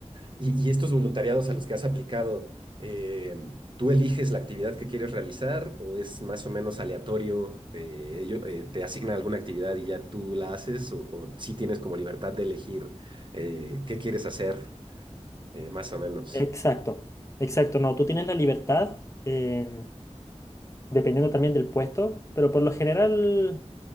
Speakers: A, on the right; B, on the left.
A: Y, y estos voluntariados a los que has aplicado, eh, ¿tú eliges la actividad que quieres realizar o es más o menos aleatorio? Eh, ello- eh, ¿te asignan alguna actividad y ya tú la haces? ¿O, o sí tienes como libertad de elegir eh, qué quieres hacer, eh, más o menos?
B: Exacto, exacto, no, tú tienes la libertad, em, dependiendo también del puesto, pero por lo general,